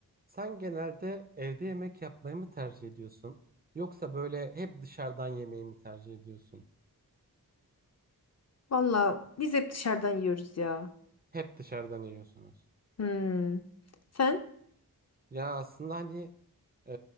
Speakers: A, on the right; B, on the left.
A: Sen genelde evde yemek yapmayı mı tercih ediyorsun? Yoksa böyle hep dışarıdan yemeği mi tercih ediyorsun?
B: Valla biz hep dışarıdan yiyoruz ya.
A: Hep dışarıdan yiyorsunuz.
B: Hmm. Sen?
A: Ya aslında hani e,